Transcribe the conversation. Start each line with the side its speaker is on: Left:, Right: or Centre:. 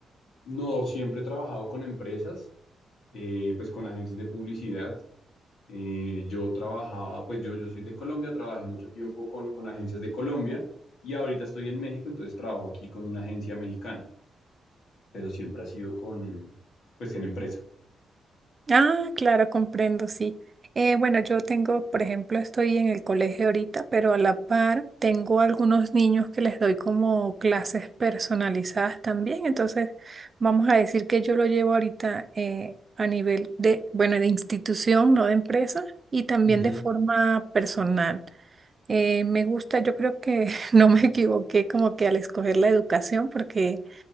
Left: No siempre he trabajado con empresas, eh, pues con agencias de publicidad. Eh, yo trabajaba, pues yo, yo soy de Colombia, trabajé mucho tiempo con, con agencias de Colombia y ahorita estoy en México, entonces trabajo aquí con una agencia mexicana, pero siempre ha sido con, pues en empresa.
Right: Ah, claro, comprendo, sí. Eh, bueno, yo tengo, por ejemplo, estoy en el colegio ahorita, pero a la par tengo algunos niños que les doy como clases personalizadas también. Entonces, vamos a decir que yo lo llevo ahorita eh, a nivel de, bueno, de institución, no de empresa, y también
Left: Ujú.
Right: de forma personal. Eh, me gusta, yo creo que <laughs> no me equivoqué como que al escoger la educación, porque